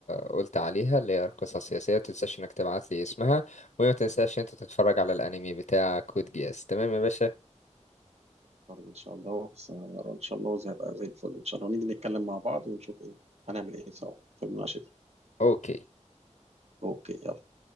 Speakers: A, on the left; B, on the right.
A: قلت عليها اللي هي القصة السياسية متنساش انك تبعت لي اسمها وما تنساش انت تتفرج على الانمي بتاع كود جياس تمام يا باشا
B: أتفرج إن شاء الله بس أقرأ إن شاء الله وزي هبقى زي الفل إن شاء الله نيجي نتكلم مع بعض ونشوف إيه هنعمل إيه سوا في المناقشة دي
A: اوكي
B: أوكي يلا